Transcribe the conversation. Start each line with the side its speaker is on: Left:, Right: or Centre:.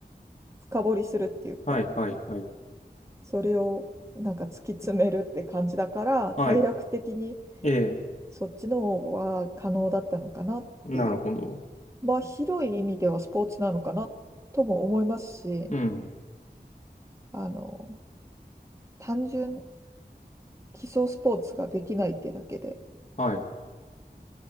Right: 深掘りするっていうか、
Left: はい、はい、はい。
Right: それをなんか突き詰めるって感じだから体力的に
Left: はい。ええ、
Right: そっちの方は可能だったのかなっていう
Left: なるほど。
Right: まあ広い意味ではスポーツなのかなとも思いますし
Left: うん。
Right: あの単純基礎スポーツができないってだけで
Left: はい。